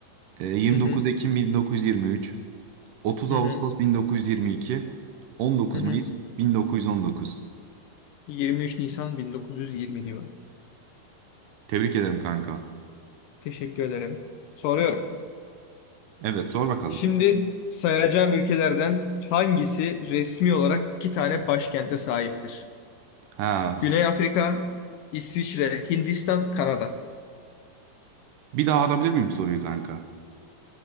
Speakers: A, on the right (about 70°); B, on the left (about 75°).
A: e, 29
B: Hı hı.
A: Ekim 1923, 30
B: Hı
A: Ağustos
B: hı.
A: 1922, 19
B: Hı hı.
A: Mayıs 1919.
B: 23 Nisan 1920 diyorum.
A: Tebrik ederim kanka.
B: Teşekkür ederim. Soruyorum.
A: Evet sor bakalım.
B: Şimdi sayacağım ülkelerden hangisi resmi olarak iki tane başkente sahiptir?
A: Ha,
B: Güney Afrika, İsviçre, Hindistan, Kanada.
A: bir daha alabilir miyim soruyu kanka?